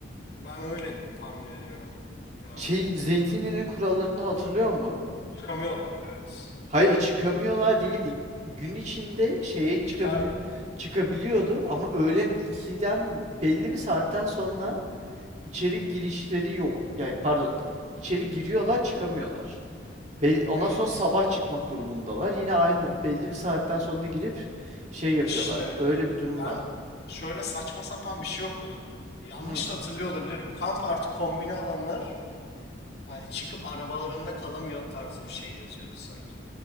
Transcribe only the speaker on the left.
ben öyle tahmin ediyorum. Yani
çıkamıyorlardı evet.
Çıkar.
Evet.
İşte
ben
şöyle saçma sapan bir şey okudum. Yanlış
da hatırlıyor olabilirim. Kamp artı kombine alanlar hani çıkıp arabalarında kalamıyor tarzı bir şey yazıyordu sanki.